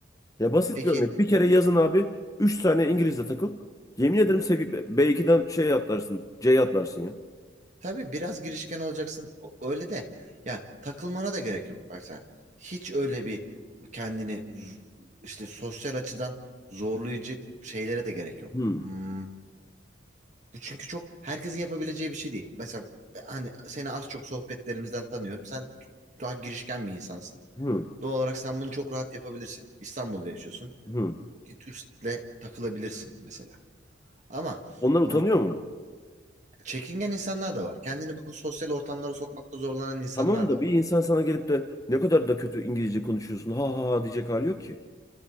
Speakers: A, on the left (about 15°); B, on the right (about 40°).
A: Ya basit
B: Peki
A: bir örnek. Bir kere yazın abi. Üç tane İngiliz'le takıl. Yemin ederim sevi B2'den şey atlarsın. C'ye atlarsın ya.
B: tabii biraz girişken olacaksın o- öyle de yani takılmana da gerek yok. Bak sen hiç öyle bir kendini z- işte sosyal açıdan zorlayıcı şeylere de gerek yok.
A: Hı.
B: Hmm, Bu çünkü çok herkesin yapabileceği bir şey değil. Mesela hani seni az çok sohbetlerimizden tanıyorum. Sen daha girişken bir insansın.
A: Hı.
B: Doğal olarak sen bunu çok rahat yapabilirsin. İstanbul'da yaşıyorsun.
A: Hı.
B: Bir turistle takılabilirsin mesela. Ama,
A: Onlar
B: ama
A: utanıyor mu?
B: çekingen insanlar da var. Kendini bu sosyal ortamlara sokmakta zorlanan insanlar
A: Tamam da
B: da
A: bir
B: var.
A: insan sana gelip de ne kadar da kötü İngilizce konuşuyorsun ha ha ha diyecek hali yok ki.